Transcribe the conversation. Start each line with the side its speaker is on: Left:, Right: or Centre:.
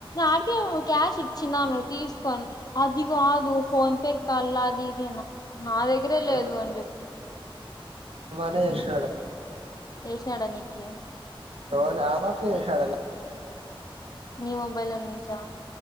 Left: అడికే క్యాష్ ఇచ్చినాను తీస్క అదిిగ కాదు ఫోన్ పే కల్లా అది ఇదేనా నా దగ్గరే లేదు
Right: ఆ
Left: అని చెప్తే
Right: అట్నే జేషినడ
Left: ఏేషినడా నీకి
Right: తో నాపాకు వేసా
Left: నీ మొబైల్లో నుంచా